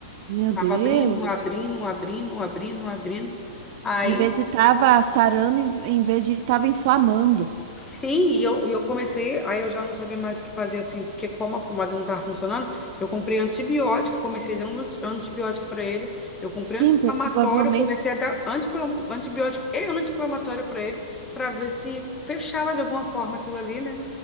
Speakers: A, on the right; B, on the left.
A: Meu
B: Tava
A: Deus.
B: abrindo, abrindo, abrindo, abrindo, abrindo. Aí
A: Em vez de estava sarando, em em vez de estava inflamando.
B: Sim, e eu, e eu comecei, aí eu já não sabia mais o que fazer assim, porque como a pomada não estava funcionando, eu comprei antibiótico, comecei dando anti- antibiótico para ele, eu comprei
A: Sim,
B: anti-inflamatório,
A: pro- provavelmente.
B: comecei a dar anti-inflam- antibiótico e anti-inflamatório para ele, para ver se fechava de alguma forma aquilo ali, né?